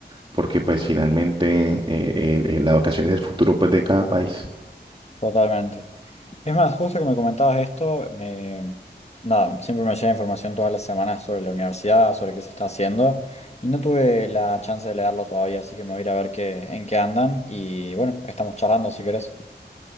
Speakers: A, on the right; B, on the left.
A: porque pues finalmente eh, eh, eh, la educación es el futuro pues de cada país.
B: totalmente. Es más, justo que me comentabas esto, me, nada, siempre me llega información todas las semanas sobre la universidad, sobre qué se está haciendo, y no tuve la chance de leerlo todavía, así que me voy a ir a ver qué, en qué andan, y bueno, estamos charlando si querés.